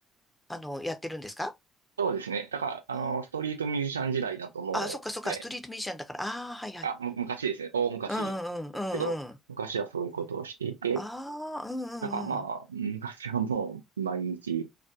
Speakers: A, in the centre; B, on the right.
A: あの、やってるんですか
B: そうですね。だから、あの、
A: うん
B: ストリートミュージシャン時代だともうね、
A: あ、そっかそっか、ストリートミュージシャンだから。ああ、はいはい。
B: あ、む昔ですね。大昔ですけど、
A: うんうんうんうんうん。
B: 昔はそういうことをしていて、
A: ああ、うんうんうん。
B: だからまあ、昔はもう毎日